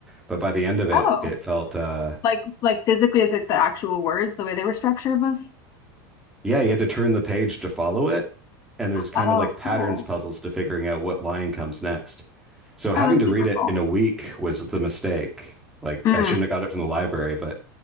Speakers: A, in the centre; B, on the left (about 30°).
A: But by the end of it,
B: Oh,
A: it felt uh
B: like, like physically, like the actual words, the way they were structured was,
A: Yeah, you had to turn the page to follow it, and there's kind
B: oh,
A: of like patterns
B: cool.
A: puzzles to figuring out what line comes next. So having
B: Oh, that's
A: to
B: super
A: read it
B: cool.
A: in a week was the mistake. Like
B: Mm.
A: I shouldn't have got it from the library, but